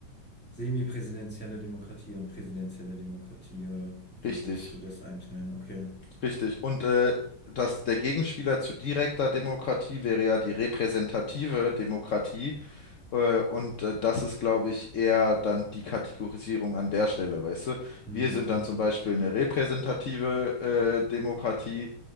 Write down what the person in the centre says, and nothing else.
semipräsidentielle Demokratie und präsidentielle Demokratie, oder wie
würdest du das einteilen? Okay.
Hm.